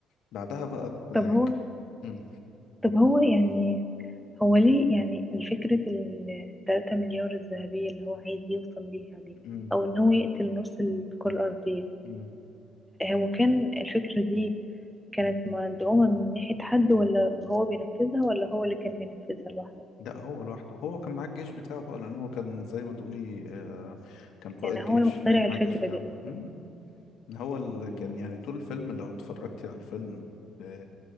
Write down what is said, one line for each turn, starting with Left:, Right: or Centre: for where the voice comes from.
Left: بعدها بقى ب...
Centre: طب هو
Left: مم.
Centre: طب هو يعني هو ليه يعني الفكرة التلاتة مليار الذهبية اللي هو عايز يوصل ليها دي
Left: مم.
Centre: أو إن هو يقتل نص الكرة الأرضية
Left: مم.
Centre: هو كان الفكرة دي كانت مدعومة من ناحية حد ولا هو بينفذها ولا هو اللي كان بينفذها لوحده
Left: لا هو لوحده هو كان معاه الجيش بتاعه بقى لان هو كان زي ما تقولي آه، كان قائد
Centre: يعني
Left: جيش
Centre: هو المخترع
Left: فكان معاه
Centre: الفكرة
Left: الجيش بتاعه
Centre: دي قصدي
Left: مم. مم. هو اللي
Centre: مم.
Left: كان يعني طول الفيلم لو اتفرجتي على الفيلم ب...